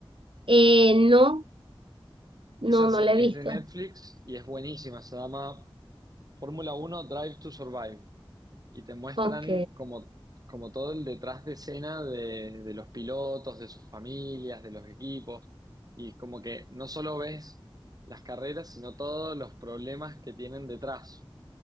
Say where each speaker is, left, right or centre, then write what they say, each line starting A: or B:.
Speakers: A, on the right; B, on the right.
A: Eh, no, no,
B: Esa se-
A: no la he
B: es
A: visto.
B: de Netflix y es buenísima, se llama Fórmula Uno: Drive to Survive y te muestran
A: Ok,
B: como, como todo el detrás de escena de, de los pilotos, de sus familias, de los equipos y como que no solo ves las carreras, sino todos los problemas que tienen detrás.